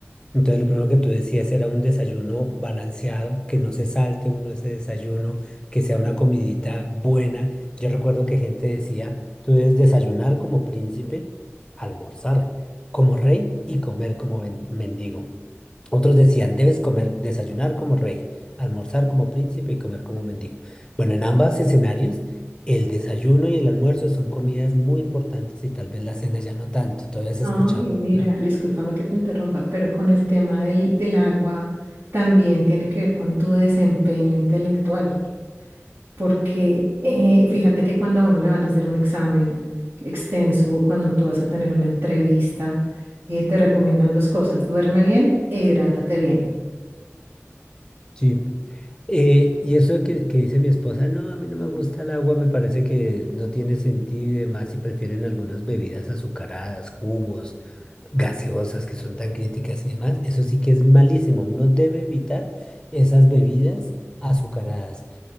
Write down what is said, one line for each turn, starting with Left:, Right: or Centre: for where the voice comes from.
Left: Entonces, lo primero que tú decías era un desayuno balanceado, que no se salte uno ese desayuno, que sea una comidita buena. Yo recuerdo que gente decía, tú debes desayunar como príncipe, almorzar como rey y comer como ven- mendigo. Otros decían, debes comer, desayunar como rey, almorzar como príncipe y comer como mendigo. Bueno, en ambos escenarios, el desayuno y el almuerzo son comidas muy importantes y tal vez la cena ya no tanto. Todavía has escuchado.
Right: No, y mira,
Left: ¿verdad?
Right: discúlpame que te interrumpa, pero con el tema del, del agua también tiene que ver con tu desempeño intelectual. porque eh, fíjate que cuando a uno le van a hacer un examen extenso, cuando tú vas a tener una entrevista, eh, te recomiendan dos cosas, duerme bien e hidrátate bien.
Left: Sí. Eh, y eso que, que dice mi esposa, no, a mí no me gusta el agua, me parece que no tiene sentido y demás, si prefieren algunas bebidas azucaradas, jugos, gaseosas que son tan críticas y demás. Eso sí que es malísimo. Uno debe evitar esas bebidas azucaradas.